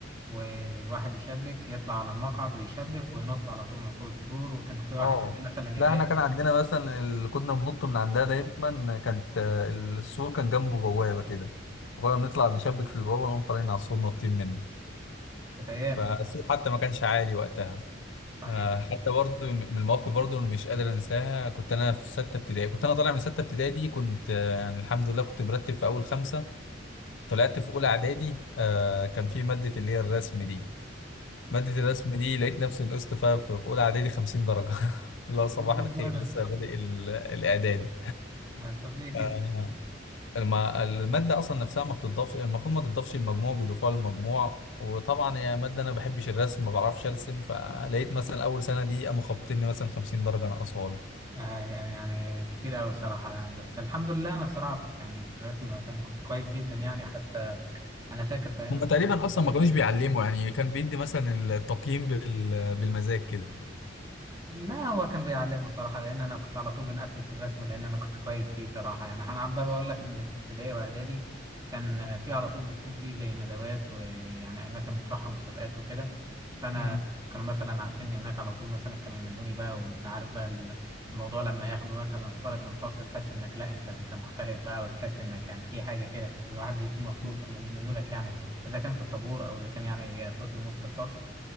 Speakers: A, on the right (about 20°); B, on the left (about 75°).
A: وواحد يشبك يطلع على المقعد ويشبك وينط على طول من فوق السور وكان في واحد
B: اه
A: تاني مثلا
B: لا
A: يراقب
B: احنا كان عندنا مثلا ال... كنا بننط من عندها دايما كانت آه، السور كان جنبه بوابة كده وكنا بنطلع نشبك في البوابة ونقوم طالعين على السور ناطين منه
A: كانت ايام
B: فالسور حتى ما كانش عالي وقتها
A: صحيح
B: آه، حتى برضه من المواقف برضه اللي مش قادر انساها كنت انا في سته ابتدائي كنت انا طالع من سته ابتدائي دي كنت آه، يعني الحمد لله كنت مرتب في اول خمسه طلعت في اولى اعدادي آه، كان في ماده اللي هي الرسم دي ماده الرسم دي لقيت نفسي نقصت فيها في في اولى اعدادي 50 درجه <laughs> اللي هو صباح
A: كان في
B: الخير
A: درجة
B: لسه بادئ ال- الاعدادي
A: آه، طب ليه كده
B: آه، الم- المادة أصلا نفسها ما بتضافش المفروض ما تضافش المجموع بيضيفوها للمجموع وطبعا يا مادة أنا ما بحبش الرسم ما بعرفش أرسم فلقيت مثلا أول سنة دي قاموا خابطيني مثلا 50 درجة ناقصة
A: آه، يعني كتير قوي صراحة يعني بس الحمد لله انا الصراحة كنت يعني في الرسم كان كنت كويس جدا يعني حتى انا فاكر في ايام
B: هم
A: ابتدائي
B: تقريبا
A: واعدادي
B: اصلا ما كانوش بيعلموا يعني كان بيدي مثلا التقييم بال... بالمزاج كده
A: ما هو كان بيعلمه صراحه لان انا كنت على طول بنقفل في الرسم لان انا كنت كويس فيه صراحه يعني انا عمال بقول لك ان في ابتدائي واعدادي كان في على طول بتكون في زي ندوات ويعني اماكن بتروحها مسابقات وكده فانا
B: لي
A: كانوا مثلا عارفين ان هناك على طول مثلا كانوا ينادوني بقى وانت عارف بقى ال- الموضوع لما ياخدوا مثلا طالب من فصل تحس انك لا انت انت مختلف بقى وتحس انك يعني في حاجه كده الواحد بيكون مبسوط
B: امم
A: لما بينادوا لك يعني اذا كان في الطابور او اذا كان يعني ياخدوك من وسط الفصل